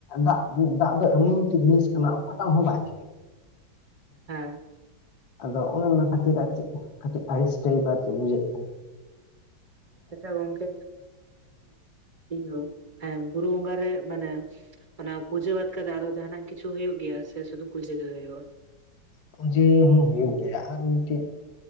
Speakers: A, on the left; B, on the right.
A: ᱫᱟᱜ ᱫᱟᱜ ᱫᱚ ᱮᱢᱚᱱ ᱢᱤᱫᱴᱮᱡ ᱡᱤᱱᱤᱥ ᱠᱟᱱᱟ ᱚᱠᱟᱴᱟᱜ ᱦᱚᱸ ᱵᱟᱭᱼᱼ
B: <unintelligible> ᱦᱮᱸ,
A: ᱟᱫᱚ ᱚᱱᱮ ᱚᱱᱟ ᱠᱷᱟᱹᱛᱤᱨ ᱟᱨ ᱪᱮᱫ ᱠᱟᱹᱴᱤᱡ ᱟᱹᱲᱤᱥ ᱴᱟᱹᱭᱤᱯ ᱟᱨ ᱪᱮᱫ ᱵᱩᱡᱷᱟᱹᱜ ᱠᱟᱱᱟᱼᱼ
B: ᱟᱪᱪᱷᱟ ᱜᱚᱢᱠᱮ ᱤᱭᱟᱹ ᱦᱮ ᱵᱩᱨᱩ ᱵᱚᱸᱜᱟ ᱨᱮ ᱢᱟᱱᱮᱼᱼ ᱚᱱᱟ ᱯᱩᱡᱟᱹ ᱵᱟᱫ ᱠᱟᱛᱮ ᱟᱨᱚ ᱡᱟᱦᱟᱱᱟᱜ ᱠᱤᱪᱷᱩ ᱦᱩᱭᱩᱜ ᱜᱮᱭᱟ ᱥᱮ ᱥᱩᱫᱷᱩ ᱯᱩᱡᱟᱹ ᱜᱮ ᱦᱩᱭᱩᱜᱼᱟ᱾
A: ᱯᱩᱡᱟᱹ ᱦᱚᱸ ᱦᱩᱭᱩᱜ ᱜᱮᱭᱟ ᱟᱨ ᱢᱤᱫᱴᱤᱡ᱾